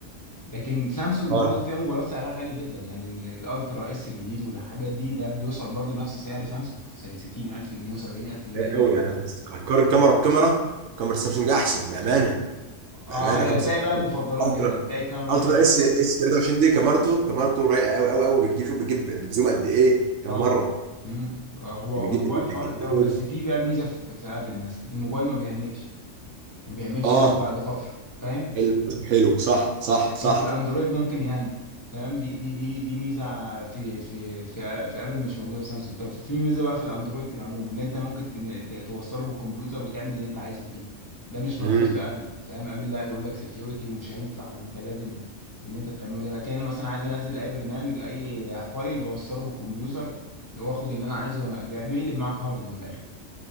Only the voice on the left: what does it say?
لكن سامسونج
برضه فيها موبايلات سعرها غالي جدا يعني ال- الالترا اس الجديد والحاجات دي ده بيوصل برضه نفس سعر سامسونج 60000 جنيه و70000 جنيه
اه
هي
هتلاقي
بقى مفضلات
هنا هتلاقي الكاميرا
هنا حلوه
طبعا
مم. آه، هو
موبايل
خارق
طبعا
بس في بقى ميزه في في ابل مثلا الموبايل ما بيهنكش ما بيعملش
لاج بعد فتره فاهم
لكن
في الاندرويد ممكن يهنج تمام دي دي دي دي ميزه في في في في ابل مش موجوده في سامسونج طب في ميزه بقى في الاندرويد في العموم اللي انت ممكن تن- ت- توصله بالكمبيوتر وتعمل اللي انت عايزه فيه ده مش موجود
في ابل فاهم ابل لا يقول لك سكيورتي ومش هينفع وانت لازم اللي انت بتعمله ده لكن انا مثلا عايز انزل اي برنامج اي فايل بوصله بالكمبيوتر واخد اللي انا عايزه وانا بيقلب معاك هارد من الاخر